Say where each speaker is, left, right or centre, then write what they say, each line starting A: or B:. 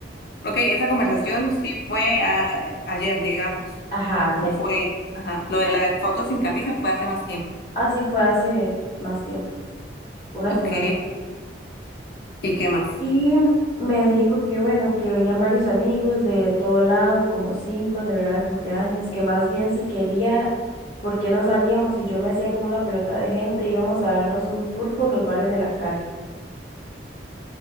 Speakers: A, on the left; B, on the left.
A: ok, esa conversación sí fue a- ayer, digamos,
B: ajá, ayer.
A: o fue, ajá, lo de la foto sin camisa fue hace más tiempo.
B: Así fue hace más tiempo, una
A: Ok,
B: semana.
A: ¿y qué más?
B: Y me dijo que bueno, que venían varios amigos de todo lado, como cinco, a celebrar el cumpleaños, que más bien si quería, ¿por qué no salíamos? Y yo me hacía como una pelota de gente, íbamos a darnos un tour por los bares de la Cali.